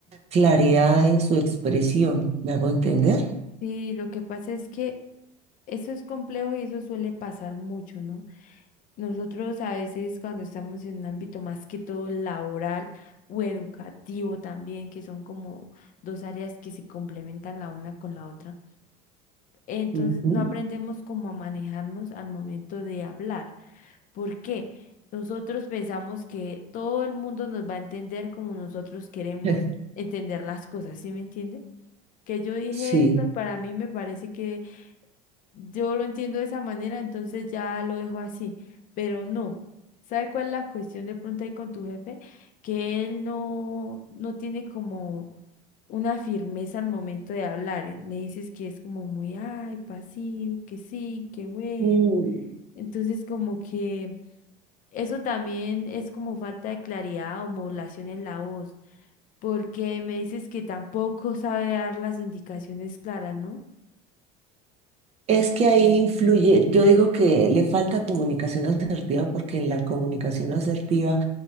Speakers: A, on the right; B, on the left.
A: claridad en su expresión, ¿me hago entender?
B: Sí, lo que pasa es que eso es complejo y eso suele pasar mucho, ¿no? Nosotros a veces cuando estamos en un ámbito más que todo laboral o educativo también, que son como dos áreas que se complementan la una con la otra, Entonces
A: Ujú.
B: no aprendemos cómo a manejarnos al momento de hablar. ¿Por qué? Nosotros pensamos que todo el mundo nos va a entender como nosotros queremos
A: <laughs>
B: entender las cosas, ¿sí me entiende? Que yo dije
A: Sí.
B: esto, y para mí me parece que yo lo entiendo de esa manera, entonces ya lo dejo así, pero no. ¿Sabe cuál es la cuestión de pronto ahí con tu jefe? Que él no, no tiene como una firmeza al momento de hablar. eh, Me dices que es como muy, ay, pasivo, que sí, que bueno.
A: Mm,
B: Entonces, como que eso también es como falta de claridad o modulación en la voz, porque me dices que tampoco sabe dar las indicaciones claras, ¿no?
A: Es que ahí influye, yo digo que le falta comunicación asertiva porque en la comunicación asertiva,